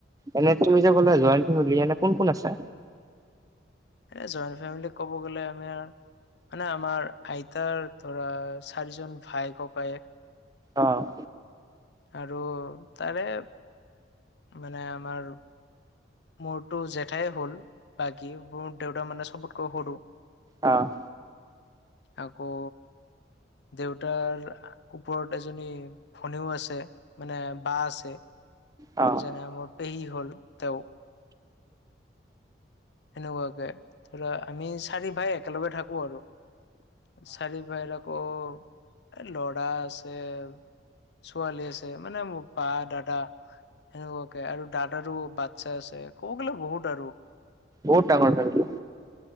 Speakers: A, on the right; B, on the left.
A: এনে তুমি যে ক'লা জইন্ট ফেমিলি এনে কোন কোন আছে?
B: এ জইণ্ট ফেমিলি ক'ব গ'লে আমি মানে আমাৰ আইতাৰ ধৰা চাৰিজন ভাই ককায়ক
A: অ'
B: আৰু তাৰে মানে আমাৰ মোৰতো জেঠাই হ'ল বাকী মোৰ দেউতা মানে চবতকৈ সৰু
A: অ'
B: আকৌ দেউতাৰ ওপৰত এজনী ভনীও আছে মানে বা আছে
A: অ
B: যেনে মোৰ পেহি হ'ল তেওঁ সেনেকুৱাকে ধৰা আমি চাৰি ভাই একেলগে থাকো আৰু চাৰিভাইৰ আকৌ এ লৰা আছে ছোৱালী আছে মানে মোৰ বা দাদা সেনেকুৱাকে আৰু দাদাৰো বাচ্ছা আছে ক'ব গ'লে বহুত আৰু
A: বহত ডাঙৰ ফেমিলি